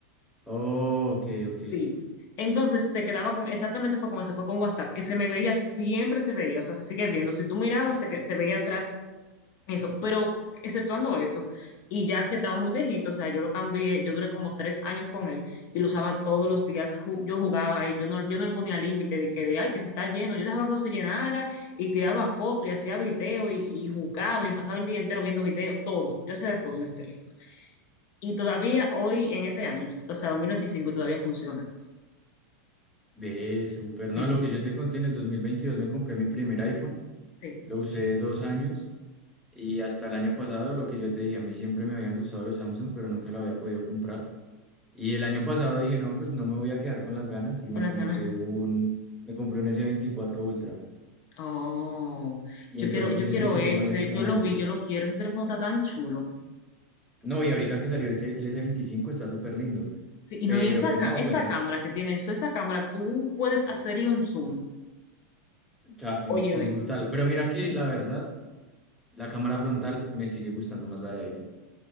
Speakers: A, in the centre; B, on the left.
A: oh, ok, ok.
B: Sí. Entonces se quedaba con, exactamente fue con eso, fue con WhatsApp, que se me veía, siempre se veía, o sea, se sigue viendo. Si tú mirabas, se, que- se veía atrás eso, pero exceptuando eso, y ya que estaba muy viejito, o sea, yo lo cambié, yo duré como tres años con él y lo usaba todos los días, ju- yo jugaba ahí, yo no, yo no le ponía límite de que de, ay, que se está lleno, yo dejaba que se llenara y tiraba fotos y hacía video y, y jugaba y me pasaba el día entero viendo video, todo, yo hacía de todo en ese teléfono. Y todavía hoy, en este año, o sea, 2025 todavía funciona.
A: Ve, súper,
B: Sí,
A: no, lo que yo te conté en el 2022 me compré mi primer iPhone,
B: sí,
A: lo usé dos años. Y hasta el año pasado, lo que yo te dije, a mí siempre me habían gustado los Samsung, pero nunca lo había podido comprar. Y el año pasado dije, no, pues no me voy a quedar con las ganas y me
B: con
A: compré
B: las ganas. <laughs>
A: un, me compré un S24 Ultra.
B: Oh,
A: Y
B: yo
A: entonces
B: quiero, yo
A: ese
B: quiero
A: es el que
B: ese,
A: tengo en este momento.
B: yo lo vi, yo lo quiero, ese teléfono está tan chulo.
A: No, y ahorita que salió el, S, el S25 está súper lindo,
B: Sí, y
A: pero
B: no, y esa,
A: pues
B: ca-
A: no,
B: esa
A: pues o
B: cámara que tiene eso, esa cámara, tú puedes hacerle un zoom.
A: sea,
B: oye
A: es un
B: ve
A: brutal. Pero mira que
B: sí.
A: la verdad, la cámara frontal me sigue gustando más la de iPhone.